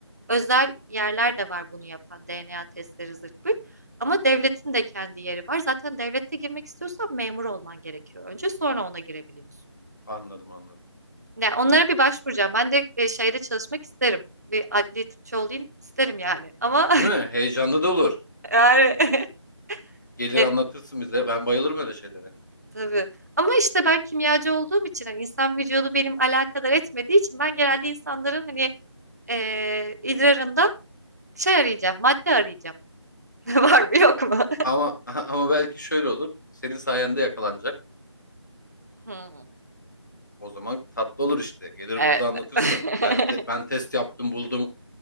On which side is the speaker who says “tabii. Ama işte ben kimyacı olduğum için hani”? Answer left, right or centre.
Right